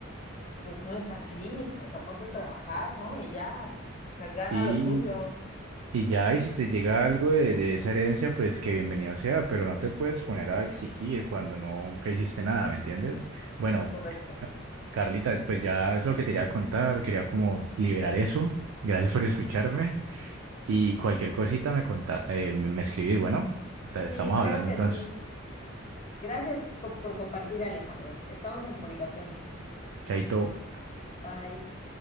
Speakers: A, on the left; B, on the right.
A: pues no es así, o sea, ponte a trabajar, ¿no? Y ya, ja- gana
B: Sí,
A: lo tuyo,
B: y ya, y si te llega algo de, de esa herencia, pues que bienvenido sea, pero no te puedes poner a exigir cuando nunca hiciste nada, ¿me entiendes? Bueno,
A: es correcto.
B: Ca- Carlita, pues ya es lo que te quería contar, quería como liberar eso. Gracias
A: Ujú.
B: por escucharme. Y cualquier cosita me conta, eh, me me escribís. Bueno, ta- estamos
A: Sí, claro
B: hablando
A: que
B: entonces.
A: sí. Gracias co- por compartir, Alejandro. Estamos en comunicación.
B: Chaito.
A: Bye.